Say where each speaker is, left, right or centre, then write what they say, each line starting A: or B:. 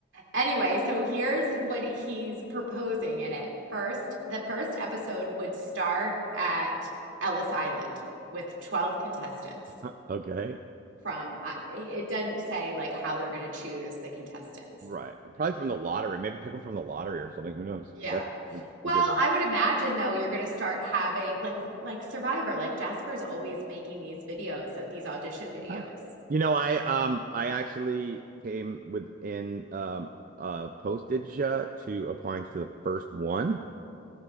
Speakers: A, on the right (about 65°); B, on the right (about 40°).
A: Anyway, so here's what he's proposing in it. First, the first episode would start at Ellis Island with 12 contestants
B: Huh, Okay.
A: from, I- it doesn't say like how they're going to choose the contestants.
B: Right. Probably from the lottery. Maybe pick them from the lottery or something. Who knows?
A: Yeah.
B: That's a
A: Well,
B: good way to
A: I
B: do
A: would
B: it.
A: imagine though you're going to start having like like Survivor, like Jasper's always making these videos, so these audition videos.
B: Huh. You know, I um I actually came within um uh postage uh, to applying to the first one,